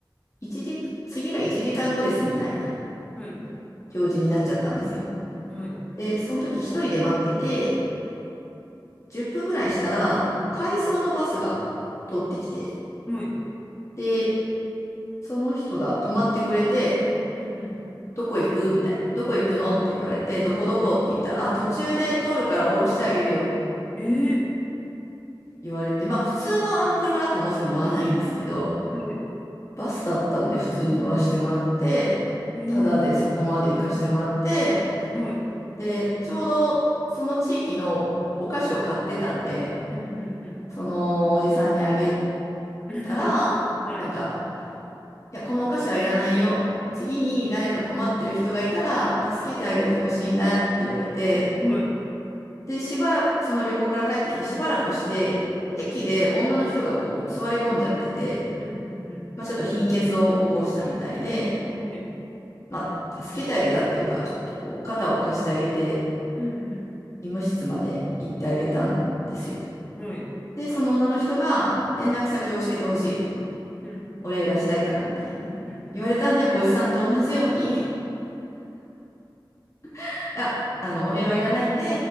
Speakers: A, on the left; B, on the left.
A: 一時、次が1時間後ですみたいな
B: うん、はい、
A: 表示になっちゃったんですよ。
B: はい、
A: で、その時一人で待ってて、10分ぐらいしたら、回送のバスが通ってきて、
B: はい、
A: で、その人が止まってくれて、
B: うん、
A: どこ行くみたいな。どこ行くのって言われて、どこどこって言ったら、あ、途中で通るから降ろしてあげるよって
B: うん、えー、
A: 言われて、まあ普通のあの車だったらもちろん乗らないですけど、
B: はい、
A: バスだったんで普通に乗らせてもらって、
B: えー、
A: ただでそこまで行かしてもらって、
B: はい、
A: で、ちょうどその地域のお菓子を買ってたんで、
B: うん、うん、
A: そのおじさんにあげ
B: うん、
A: たら、
B: <laughs> はい、
A: なんか、いや、このお菓子はいらないよ。次に誰か困ってる人がいたら助けてあげてほしいんだよって言われて、
B: はい、
A: で、しばらく、その旅行から帰ってきてしばらくして、
B: はい、
A: 駅で女の人がこう座り込んじゃってて、
B: うん、うん、
A: まあちょっと貧血を起こしたみたいで、
B: うん、はい、
A: まあ助けてあげたっていうか、ちょっとこう肩を貸してあげて、
B: うん、
A: 医務室まで行ってあげたんですよ。
B: うん、はい、
A: で、その女の人が連絡先を教えてほしいと、
B: うん、
A: お礼がしたいからみたいな。
B: うん、うん、
A: 言われたんで、おじさんと同じように、<laughs> あ、あの、お礼はいらないんで、